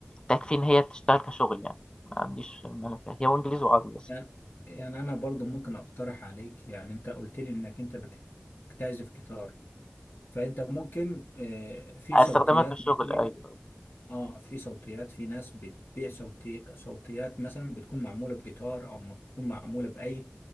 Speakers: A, on the left (about 20°); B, on the left (about 65°).
A: تكفي إن هي تشتغل كشغل يعني ما عنديش مانع فيها هي وإنجليزي وعربي بس
B: يعني يعني انا برضو ممكن اقترح عليك يعني انت قلت لي انك انت بت- بتعزف جيتار فانت ممكن آه، في
A: بالظبط
B: صوتيات
A: أستخدمها كشغل
B: مثلا
A: أيوة
B: اه في صوتيات في ناس بتبيع صوتي صوتيات مثلا بتكون معموله بجيتار او ما بتكون معموله باي